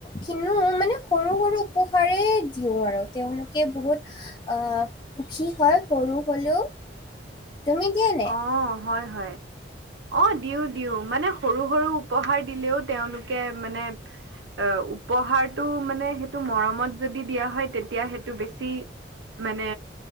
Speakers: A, on the left; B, on the right.
A: কিনো মানে সৰু সৰু উপহাৰেই দিওঁ আৰু, তেওঁলোকে বহুত সুখী হয়, সৰু হ'লেও। তুমি নে?
B: অ', হয়, হয়। অ', দিও, দিও, মানে সৰু সৰু উপহাৰ দিলেও তেওঁলোকে মানে অ', উপহাৰটো মানে, সেইটো মৰমত যদি দিয়া হয় তেতিয়া সেইটো বেছি মানে